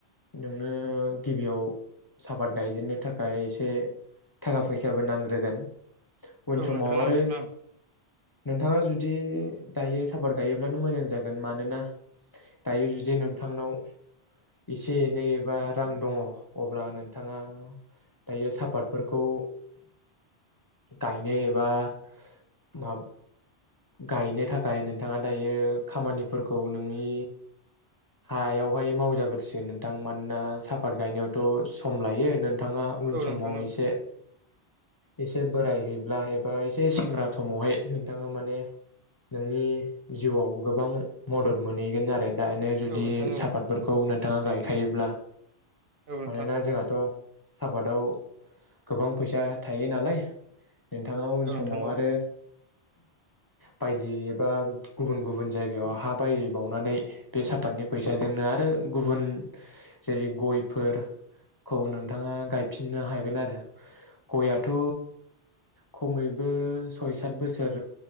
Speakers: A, on the left (about 30°); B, on the right (about 60°).
A: नोंनो गिबियाव साहपात गायजेननो थाखाय एसे थाखा फैसाबो नांग्रोगोन उन
B: औ
A: समाव
B: नोंथां
A: आरो
B: औ ओ।
A: नोंथाङा जुदि दायो सापात गायोब्लानो मोजां जागोन मानोना दायो जुदि नोंथांनाव एसे एनै एबा रां दङ अब्ला नोंथाङा दायो सापतफोरखौ गायनो एबा <unintelligible> गायनो थाखाय नोंथाङा दायो खामानिफोरखौ नोंनि हायावहाय मावजाग्रोसो नोंथां मानोना सापात गायनायावथ सम लायो। नोंथाङा उन
B: औ
A: समाव
B: नोंथां औ
A: एसे एसे बोरायहैब्ला एबा एसे सेंग्रा समावहाय नोंथाङा माने नोंनि जिउआव गोबां मदद मोनहैगोन आरो दा जुदि
B: औ नोंथां
A: सापातफोरखौ
B: औ
A: <unintelligible> <unintelligible> गायखायोब्ला।
B: औ नोंथां
A: मानोना जोंहाथ' साहपातआव गोबां फैसा थायो नालाय। नोंथाङा उन
B: औ नोंथां
A: समाव
B: औ
A: आरो बायदि एबा गुबुन गुबुन जायगायाव हा बायै बावनानै बे <unintelligible> <unintelligible> फैसाजोंनो आरो गुबुन जेरै गयफोरखौ नोंथाङा गायफिननो हागोन आरो गयाथ' खमैबो सय सत बोसोर